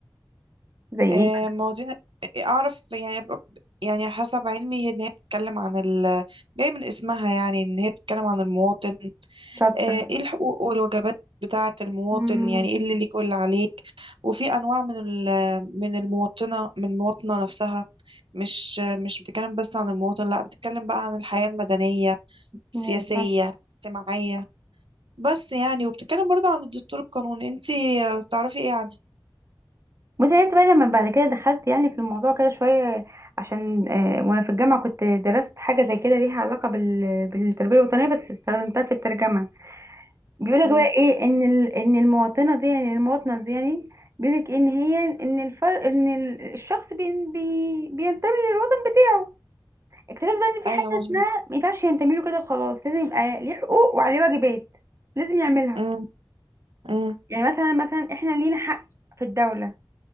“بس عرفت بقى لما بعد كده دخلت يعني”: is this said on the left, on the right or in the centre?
Right